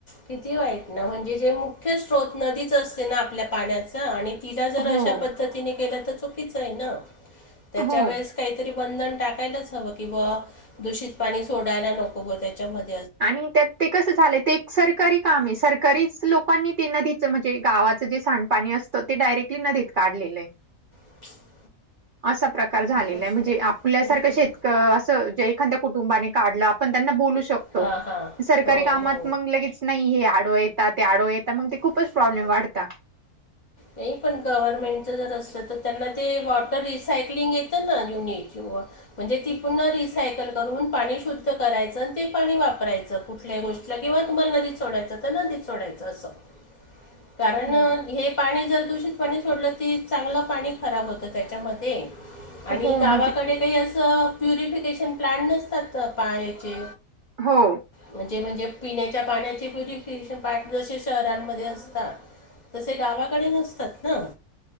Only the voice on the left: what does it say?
किती वाईट ना म्हणजे जे मुख्य स्रोत नदीच असते ना आपल्या पाण्याचा आणि तिला जर
अशा पद्धतीने केलं तर चुकीचं आहे ना त्याच्या
वेळेस काहीतरी बंधन टाकायलाच हवं किंवा दूषित पाणी सोडायला नको त्याच्यामध्
<unintelligible>
खूपच
खूपच
हां हां
हो
हो
अच्छा
हां
नाही पण गव्हर्नमेंटचं जर असलं तर त्यांना ते वॉटर रिसायक्लिंग येतं ना युनिट वॉटर म्हणजे ती पुर्ण रिसायकल करून पाणी शुद्ध करायचं आणि ते पाणी वापरायचं. कुठल्याही गोष्टीला किंवा तुम्हाला नदी सोडायचं तर नदी सोडायचं असं कारण
हे पाणी जर दूषित पाणी सोडलं ती चांगलं पाणी खराब होतं त्याच्यामध्ये आणि
गावाकडे
काही असं प्युरिफिकेशन प्लांट नसतात पाण्याचे
म्हणजे म्हणजे पिण्याच्या पाण्याचे प्युरिफिकेशन प्लांट जसे शहरांमध्ये असता तसे गावाकडे नसतात ना